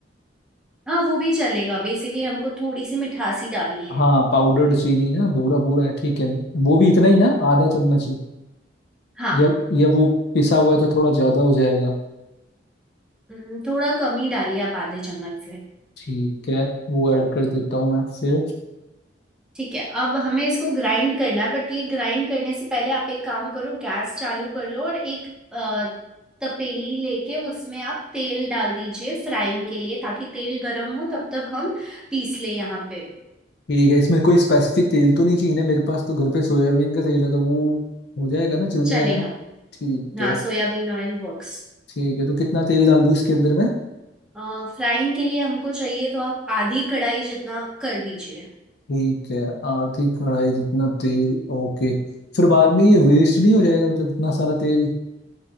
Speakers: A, in the centre; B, on the left.
A: हाँ वो भी चलेगा बेसिकली हमको थोड़ी सी मिठासी डालनी है
B: हाँ पाउडर्ड चीनी ना भूरा भूरा है ठीक है वो भी इतना ही ना आधा चम्मच ही
A: हाँ
B: या या वो पिसा हुआ है तो थोड़ा ज्यादा हो जाएगा
A: हम्म, थोड़ा कम ही डालिए आप आधे चम्मच से
B: ठीक है वो ऐड कर देता हूँ मैं फिर
A: ठीक है अब हमें इसको ग्राइंड करना है बट ये ग्राइंड करने से पहले आप एक काम करो गैस चालू कर लो और एक अ, तपेली लेके उसमें आप तेल डाल दीजिए फ्राइंग के लिए ताकि तेल गर्म हो तब तक हम पीस ले यहाँ पे
B: ठीक है इसमें कोई स्पेसिफिक तेल तो नहीं चाहिए ना मेरे पास तो घर पे सोयाबीन का तेल है तो वो हो जाएगा ना चल जाएगा
A: चलेगा
B: ना ठीक
A: हाँ
B: है
A: सोयाबीन ऑयल वर्क्स
B: ठीक है तो कितना तेल डाल दूँ इसके अंदर में
A: फ्राइंग के लिए हमको चाहिए तो आप आधी कढ़ाई जितना कर दीजिए
B: ठीक है आधी कढ़ाई जितना तेल ओके फिर बाद में ये वेस्ट नहीं हो जाएगा मतलब इतना सारा तेल